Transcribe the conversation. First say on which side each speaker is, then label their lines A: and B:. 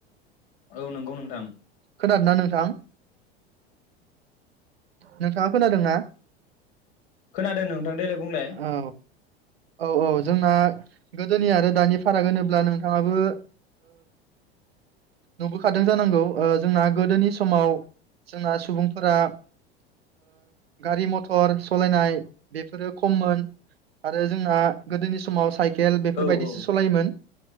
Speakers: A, on the left; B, on the right.
A: औ नंगौ नोंथां।
B: खोनादोंना नोंथां? नोंथाङा खोनादोंना?
A: खोनादों नोंथां देेलाय बुंलाय
B: औ औ औ जोंना गोदोनि आरो दानि फाराग होनोब्ला नोंथाङाबो नुबोखादों जानांगौ जोंना गोदोनि समाव जोंना सुबुंफोरा गारि मथर सालायनाय बेफोरो खममोन आरो जोंना गोदोनि समाव साइकेल बेफोरबायदिसो
A: औ औ
B: सालायोमोन।